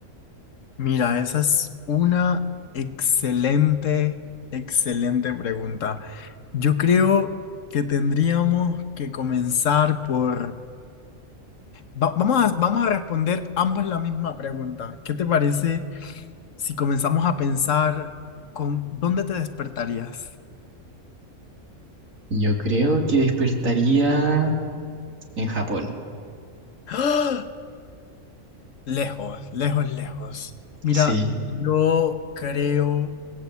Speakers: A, on the left (about 70°); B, on the right (about 75°).
A: Mira, esa es una excelente, excelente pregunta. Yo creo que tendríamos que comenzar por... va- vamos a, vamos a responder ambos la misma pregunta. ¿Qué te parece si comenzamos a pensar con dónde te despertarías?
B: Yo creo que despertaría en Japón.
A: <gasps> Lejos, lejos, lejos. Mira,
B: Sí,
A: yo creo